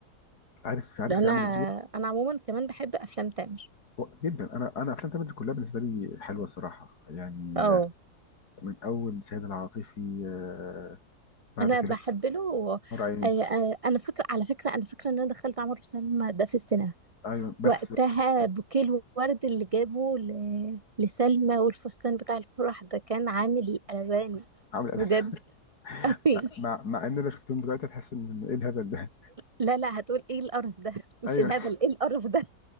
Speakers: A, on the left; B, on the right.
A: عارف عارف
B: ده انا
A: يعمل الدور
B: انا عموما كمان بحب افلام تامر
A: و- جدا انا انا افلام تامر كلها بالنسبه لي حلوه الصراحه يعني
B: اه
A: من اول سيد العاطفي آه بعد
B: انا
A: كده
B: بحب له
A: نور عيني
B: آه، آه، انا فكره على فكره انا فكره ان انا دخلت عمر وسلمى ده في السينما
A: ايوه بس
B: وقتها بوكيه الورد اللي جابه ل... لسلمى والفستان بتاع الفرح ده كان عامل قلبان
A: عامل أداء-
B: بجد قوي
A: <laughs> مع مع ان انا شفتهم دلوقتي تحس ان ايه الهبل ده
B: لا لا هتقول ايه القرف ده مش
A: <laughs> ايوه
B: الهبل ايه القرف ده